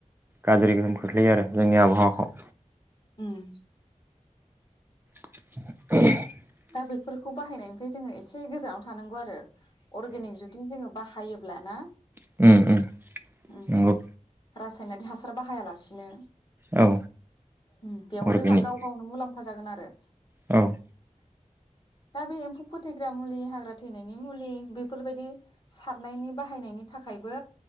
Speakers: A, on the right; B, on the left.
A: गाज्रि गोहोम खोख्लैयो आरो जोंनि आबहावाखौ।
B: ओम
A: <inaudible>
B: दा बेफोरखौ बाहायनायनिफ्राय जोङो एसे गोजानाव थानांगौ आरो। अरगेनिक जुदि जोङो बाहायो। ब्ला ना
A: चम उम
B: उम
A: नंगौ।
B: रासायनारि हासार बाहायालासिनो
A: औ
B: उम बेयाव
A: अर्गेनिक
B: जोंहा गाव गावनो मुलाम्फा जागोन आर रो
A: औ
B: दा बे एम्फौ फोथैग्रा मुलि हाग्रा थैनायनि मुलि बेफोरबायदि सारनायनि बाहायनायनि थाखायबो